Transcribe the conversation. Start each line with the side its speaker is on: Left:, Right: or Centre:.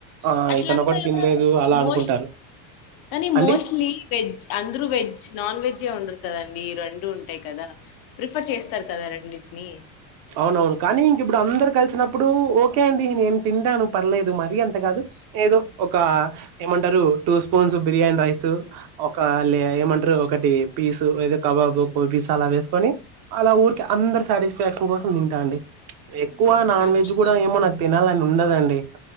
Right: ఆ
Left: అట్లంతా
Right: ఇతను ఒకటి తినలేదు అలా
Left: మోస్ట్
Right: అనుకుంటారు
Left: కానీ
Right: అండి?
Left: మోస్ట్లీ వెజ్ అందరు వెజ్ నాన్ వెజే ఉండరు కదండి రెండు డు ఉంటాయి కదా ప్రిఫర్ చేస్తారు కదా రెండింటిని
Right: అవునవును కానీ ఇంక ఇప్పుడు అందరు కలిసినప్పుడు ఓకే అండి నేను తింటాను పర్లేదు మరీ అంత కాదు ఏదో ఒక ఏమంటారు టూ స్పూన్స్ బిర్యానీ రైస్ ఒక లే ఏమంటారు ఒకటి పీస్ లేదో కబాబ్ పీస్ ఆలా వేసుకుని ఆల ఊరికె అందరూ సాటిస్ఫాక్షన్ కోసం తింటా అండి ఎక్కువ
Left: అవునండి.
Right: నాన్ వెజ్ కూడా ఏమో నాకు తినాలని ఉండదండి